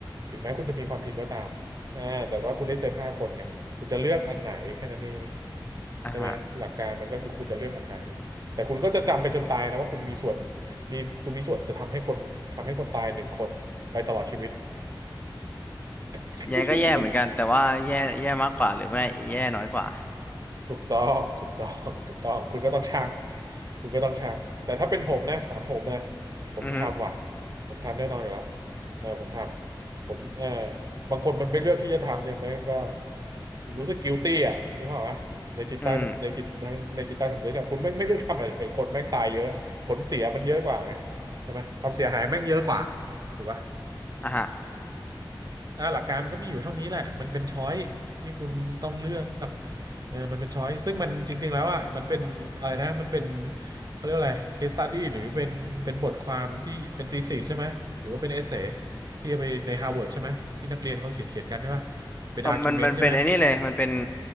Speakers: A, on the right; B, on the left.
A: ถึงแม้คุณจะมีความผิดก็ตามอ่าแต่ว่าคุณได้เซฟห้าคนไงคุณจะเลือกอันไหนแค่นั้นเอง
B: อ่าฮะ
A: ใช่ไหมหลักการมันก็คือคุณจะเลือกอันไหนแต่คุณก็จะจำไปจนตายนะว่าคุณมีส่วนมีคุณมีส่วนจะทำให้คนทำให้คนตายหนึ่งคนไปตลอดชีวิต <laughs>
B: แย่ก็แย่เหมือนกัน แต่ว่าแย่แย่มากกว่าหรือไม่แย่น้อยกว่า
A: ถูกต้องถูกต้อง ถูกต้อง คุณก็ต้องชั่งคุณก็ต้องชั่งแต่ถ้าเป็นผมนะถามผมนะผมทำว่ะ
B: อือฮึ
A: ผมทำแน่นอนอยู่แล้วเออผมทำผมเออบางคนมันไม่เลือกที่จะทำเนี่ยมันก็รู้สึก guilty อ่ะนึกภาพวะในจิตใต้สำในจิตทั้งในจิตใต้สำนึกอะคุณแม่งไม่เลือกทำอะไรเลยคนแม่งตายเยอะ
B: อืม
A: ผลเสียมันเยอะกว่าไงใช่ไหมความเสียหายแม่งเยอะกว่าถูกปะ
B: อ่า
A: อ่าหลักการมันก็มีอยู่เท่านี้แหละ มันเป็นช้อยที่คุณต้องเลือกเออมันเป็นช้อยซึ่งมันจริงๆแล้วอ่ะมันเป็นอะไรนะมันเป็นเขาเรียกว่าอะไร case study หรือเป็นเป็นบทความที่เป็น thesis ใช่ไหม หรือว่าเป็น essay ที่เอาไปใน Harvard ใช่ไหม ที่นักเรียนเขาเขียนเขียนกันใช่ป่ะเป็น
B: เออมันมันเป็นไอ้นี่เลยมันเป็น
A: argument ใช่ไหม